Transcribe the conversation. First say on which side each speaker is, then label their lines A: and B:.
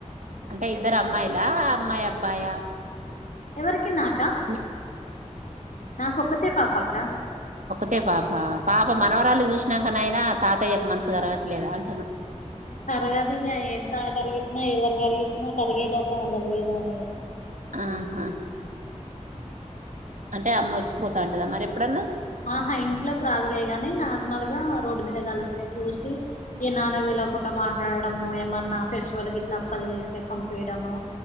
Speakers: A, on the right (about 80°); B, on the left (about 80°).
A: అంటే ఇద్దరు అమ్మాయిలా అమ్మాయి అబ్బాయా
B: ఎవరికి నాక్
A: ఉ
B: నాకు ఒక్కతే పాపక్క
A: ఒక్కతే పాప పాప మనవరాల్నీ చూసినంక నైనా తాతయ్యకు మనసు కరగట్లేద అం
B: కరగదిగా ఎంత కరిగిచ్చినా ఎవరు కరిగిచ్చినా కరిగే లోకం ఇగ లేదు. దండగ
A: ఆహా అంటే అమ్మ వోచ్చిపోతంటదా మరి ఎప్పుడన్నా
B: ఆహా ఇంట్లోకి రాదులే గాని నార్మల్గా రోడ్డు మీద కలిస్తే చూసి ఇగ నాన్నకు తెలవకుండా మాట్లాడడము ఏమన్నా ఫెస్టివల్ గిట్లా అప్పలు చేస్తే పంపియడము.